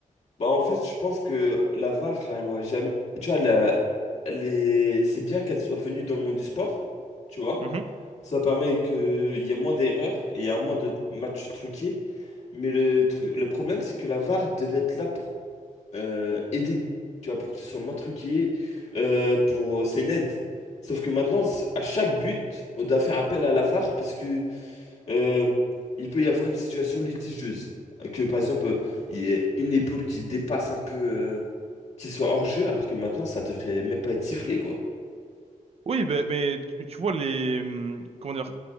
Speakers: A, on the left (about 55°); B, on the right (about 45°).
A: Bah, en fait, je pense que la VAR, elle aurait jamais. Tu vois, la... les... c'est bien qu'elle soit venue dans le monde du sport, tu vois.
B: Mhm.
A: Ça permet qu'il y ait moins d'erreurs et il y a moins de matchs truqués. Mais le truc... le problème, c'est que la VAR devait être là pour euh, aider, tu vois, pour que ce soit moins truqué, euh, pour... euh, c'est une aide. Sauf que maintenant, c- à chaque but, on doit faire appel à la VAR parce que euh, il peut y avoir une situation litigieuse. Que par exemple, euh, il y a une épaule qui dépasse un peu. euh, qu'il soit hors-jeu alors que maintenant ça devrait même pas être sifflé quoi.
B: Oui, ben mais tu, tu vois les, hum, comment dire?